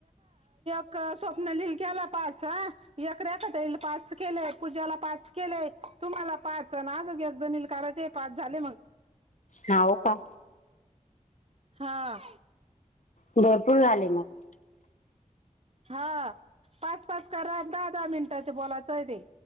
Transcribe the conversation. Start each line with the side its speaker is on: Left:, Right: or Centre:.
Right: स्वप्नालीला केला पाच एक रेखाताईला पाच पाच केले पूजाला पाच केले तुम्हाला पाच अन् एकजणीला करायचे पाच झाले मग
Left: हाव का
Right: हा
Left: भरपूर झाले मग
Right: हा पाच पाच करा अन् दहा दहा मिनिटाच बोलायचंय ते